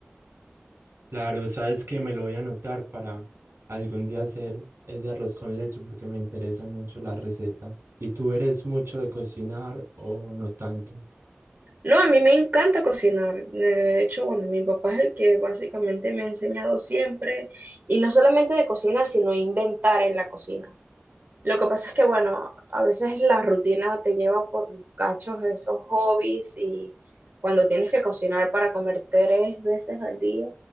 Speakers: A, on the right; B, on the right.
A: Claro, sabes que me lo voy a anotar para algún día hacer ese arroz con leche porque me interesa mucho la receta. ¿Y tú eres mucho de cocinar o no tanto?
B: No, a mí me encanta cocinar. De hecho, bueno, mi papá es el que básicamente me ha enseñado siempre, y no solamente de cocinar, sino inventar en la cocina. Lo que pasa es que, bueno, a veces la rutina te lleva por los cachos esos hobbies y cuando tienes que cocinar para comer tres veces al día,